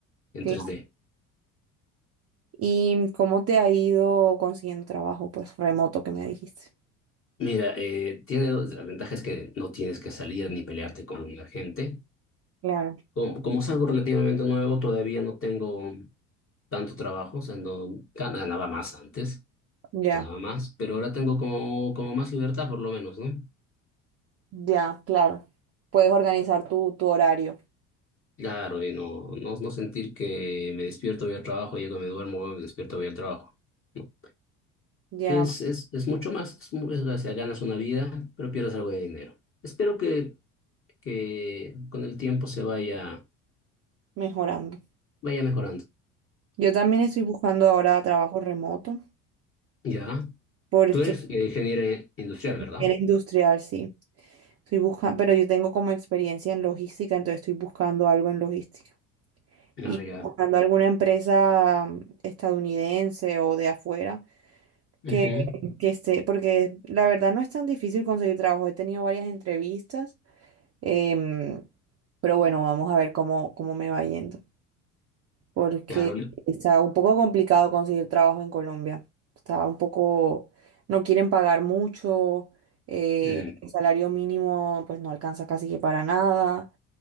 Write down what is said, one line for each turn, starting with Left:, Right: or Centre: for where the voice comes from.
Left: En
Right: claro.
Left: tres d
Right: ¿Y cómo te ha ido consiguiendo trabajo, pues, remoto que me dijiste?
Left: Mira, eh, tiene dos las ventajas que no tienes que salir ni pelearte con la gente.
Right: Claro,
Left: Como, como es algo relativamente nuevo, todavía no tengo tanto trabajo, o sea, no gan- ganaba más antes,
Right: ya,
Left: ganaba más, pero ahora tengo como, como más libertad por lo menos, ¿no?
Right: ya, claro. Puedes organizar tu, tu horario.
Left: Claro, y no, no, no sentir que me despierto, voy al trabajo, llego, me duermo, me despierto, voy al trabajo. No.
Right: Ya.
Left: Que es, es, es mucho más, es, mu- es, o sea, ganas una vida, pero pierdes algo de dinero. Espero que, que con el tiempo se vaya,
Right: mejorando.
Left: vaya mejorando.
Right: Yo también estoy buscando ahora trabajo remoto
Left: Ya,
Right: porque
Left: tú eres ingeniero industrial, ¿verdad?
Right: era industrial, sí. Estoy buscando, pero yo tengo como experiencia en logística, entonces estoy buscando algo en logística. Y
Left: Ah, ya.
Right: buscando alguna empresa mm, estadounidense o de afuera
Left: Ujú.
Right: que, que esté, porque la verdad no es tan difícil conseguir trabajo. He tenido varias entrevistas, em, pero bueno, vamos a ver cómo, cómo me va yendo. porque
Left: Claro. le-
Right: está un poco complicado conseguir trabajo en Colombia. Está un poco, no quieren pagar mucho, eh,
Left: mm.
Right: el salario mínimo pues no alcanza casi que para nada.